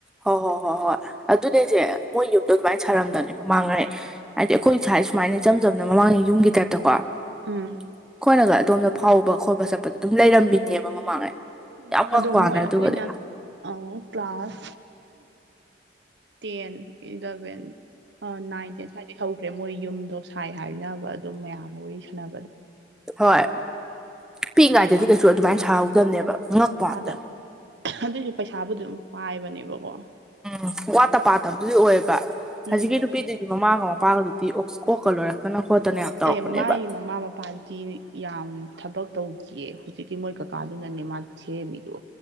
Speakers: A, in the centre; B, on the right (about 70°).
A: ꯍꯣꯏ ꯍꯣꯏ ꯍꯣꯏ ꯍꯣꯏ ꯑꯗꯨꯅꯦꯁꯦ ꯃꯣꯏ ꯌꯨꯝꯗꯣ ꯑꯗꯨꯃꯥꯏꯅ ꯁꯥꯔꯝꯗꯕꯅꯦ ꯃꯃꯥꯡꯉꯩ ꯍꯥꯏꯗꯤ ꯑꯩꯈꯣꯏ ꯁꯥꯏ ꯁꯨꯃꯥꯏꯅ ꯏꯆꯝ ꯆꯝꯅ ꯃꯃꯥꯡꯉꯩ ꯌꯨꯝꯒꯤ ꯇꯥꯏꯞꯇꯀꯣ ꯑꯩꯈꯣꯏꯅꯒ
B: ꯎꯝ
A: ꯑꯗꯣꯝꯗ ꯐꯥꯎꯕ ꯈꯣꯠꯄ ꯆꯠꯄꯗ ꯑꯗꯨꯝ ꯂꯩꯔꯝꯃꯤꯅꯦꯕ ꯃꯃꯥꯡꯉꯩ
B: ꯎꯝ
A: ꯌꯥꯝ ꯉꯛꯄ
B: ꯑꯗꯣ
A: ꯋꯥꯅꯦ
B: ꯃꯣꯏ ꯑꯩꯈꯣꯏꯅ
A: ꯑꯗꯨꯒꯗꯤ ꯑ
B: class ten eleven nine ten ꯁ꯭ꯋꯥꯏꯗꯩ ꯍꯧꯈ꯭ꯔꯦ ꯃꯣꯏ ꯌꯨꯝꯗꯣ ꯁꯥꯏ ꯍꯥꯏꯅꯕ ꯑꯗꯨꯝ ꯃꯌꯥꯝ ꯑꯃ ꯋꯥꯔꯤ ꯁꯥꯟꯅꯕꯗꯣ
A: ꯍꯣꯏ ꯄꯤꯛꯏꯉꯥꯏꯗꯗꯤ ꯀꯩꯁꯨ ꯑꯗꯨꯃꯥꯏꯅ ꯁꯥꯍꯧꯗꯕꯅꯦꯕ
B: ꯎꯝ
A: ꯉꯛꯄ
B: ꯄꯩꯁꯥꯗ
A: ꯋꯥꯅꯤꯗ
B: ꯑꯗꯨꯏꯁꯨ ꯄꯩꯁꯥꯕꯨꯗꯤ ꯑꯗꯨꯝ ꯄꯥꯏꯕꯅꯦꯕꯀꯣ
A: ꯎꯝ ꯋꯥꯠꯇ ꯄꯥꯇꯕꯗꯨꯗꯤ ꯑꯣꯏꯌꯦꯕ
B: ꯎꯝ
A: ꯍꯧꯖꯤꯛꯀꯤ ꯅꯨꯄꯤꯗꯨꯒꯤ ꯃꯃꯥꯒ ꯃꯄꯥꯒꯗꯨꯗꯤ ꯀꯣꯛꯀ ꯂꯣꯏꯔꯦ ꯈꯣꯠꯇꯅ ꯌꯥꯝ ꯇꯧꯔꯛꯄꯅꯦꯕ
B: ꯑꯦ ꯃꯥꯏ ꯃꯃꯥ ꯃꯄꯥꯗꯤ ꯌꯥꯝ ꯊꯕꯛ ꯇꯧꯗꯦꯌꯦ ꯍꯧꯖꯤꯛꯀꯤ ꯃꯣꯏ ꯀꯀꯥꯗꯨꯅꯅꯦ ꯃꯥ ꯁꯦꯝꯃꯤꯗꯣ